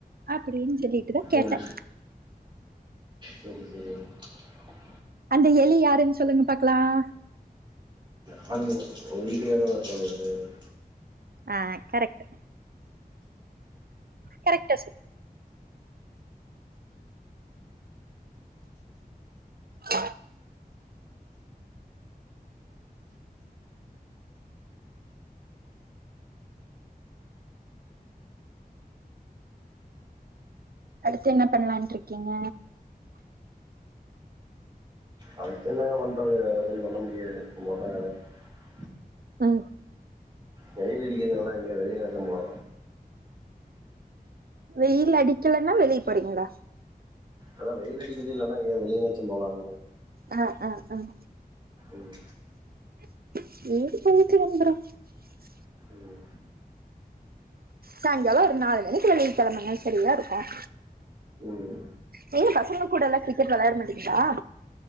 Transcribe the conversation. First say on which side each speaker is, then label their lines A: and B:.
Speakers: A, on the right; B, on the right.
A: அப்படின்னு சொல்லிட்டுதா கேட்டே
B: ம். சரி, <inaudible>
A: அந்த எலி யாருன்னு சொல்லுங்க பாக்கலாம்
B: நான் இல்ல உங்க வீட்டுக்குக்காரதான் இருப்பாங்க வேற யாரு
A: ஆஹ் கரெக்ட கரெக்ட்டா சொ ஆஹ அடுத்து என்ன பண்ணலான்ட்டு இருக்கீங்க
B: அதுக்கு என்ன பண்ணுறது வேறு எதுவும் பண்ண முடியாது மட்ட <unintelligible>
A: ஆஹ்
B: வெயில் அடிக்கிறதுதுனா இங்க வெளில <unintelligible>
A: வெயில் அடிக்கலன்னா வெளிய போறீங்களா
B: அதா வெயில் அடிக்குது இன்னா ஏ வெளிலாச்சு போலான
A: ஆஹ் ஆஹ் ஆஹ்
B: ம்
A: <unintelligible>
B: ம்
A: சாய்ங்காலம் ஒரு நாலு மணிக்கு வெளியில கிழம்புங்க சரியா இருக்கும்
B: ம்
A: நீங்க பசங்க கூட எல்லாம் கிரிக்கெட் விளையாட மாட்டங்களா